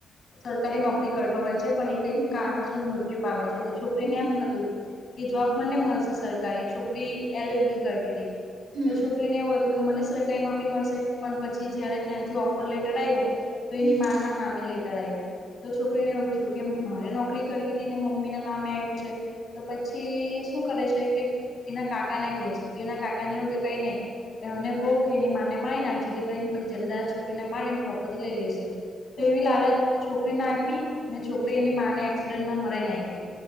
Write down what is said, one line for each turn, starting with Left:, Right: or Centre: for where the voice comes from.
Left: સરકારી નોકરી કરતો હોય છે પણ એ કઈક
Right: હમ
Left: કારણસર મૃત્યુ પામે છે તો છોકરીને
Right: હમ
Left: એમ હતું કે જોબ મને મળશે સરકારી, છોકરી એલ એલ બી કરતી હતી.
Right: હમ
Left: તો છોકરીને એવું હતું કે મને સરકારી નોકરી મળશે, પણ પછી જયારે ત્યાંથી ઓફર લેટર આવ્યો. તો એની
Right: હમ
Left: મા ના નામે લેટર આવ્યું, તો છોકરીને એવું થયું કે મારે નોકરી કરવી હતી ને મમ્મી ના નામે આવ્યું છે તો પછી શું કરે છે કે એના કાકાને કે છે, તો એના કાકાને એવું કે કઈ નહી એને કહું કે એની માને મારી નાખે જેથી કરી પછી જદા છોકરીને મારીને પ્રોપર્ટી લઈ લઈશું. તો
Right: ઓહો
Left: એવી લાલચ છોકરીને આપી, ને છોકરી એની માને એક્સિડન્ટમાં મરાઈ નાખી